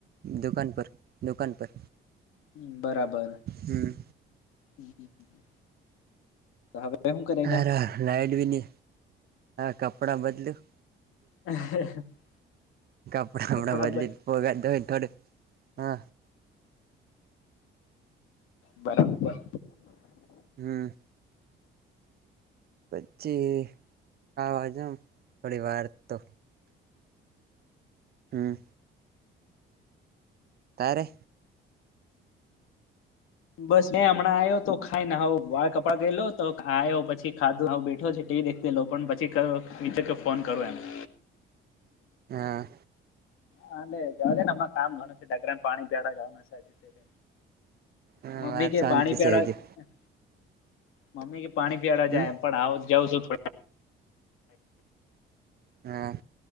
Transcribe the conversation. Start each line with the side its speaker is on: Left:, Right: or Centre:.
Right: દુકાન પર દુકાન પર
Left: હમ્મ બરાબર
Right: હમ
Left: <unintelligible> <unintelligible> હેમ કરેગા
Right: હાર લાઈટ બી નહ કપડાં બદલ્યું
Left: <unintelligible>
Right: કપડાપડા
Left: કપડા
Right: બદલી ભગાય થોડું હ
Left: બરાબર
Right: હમ્મ પછી આવાજોમ થોડી વાર તો, હમ્મ તારે
Left: બસ મે હમણાં આવ્યો તો ખાયને હ વાળ કપડા ગઈ લો તો આ પછી ખાધું બેઠો છે ટીવી દેખતી લો પણ પછી મિત તોકે ફોન કરું એમ
Right: હા
Left: હા જવા જે ને હમના કામ ગણું છે ડગરાને પાણી પડાવા જવાનું છે જ
Right: હા
Left: મમ્મી
Right: વાર
Left: કે
Right: શાંતિ
Left: પાણી પ્યાડા
Right: છે હજી
Left: મમ્મી કે પાણી પીળવા
Right: હમ
Left: જાય એમ પણ આવ જાઉં છું થોડ
Right: હા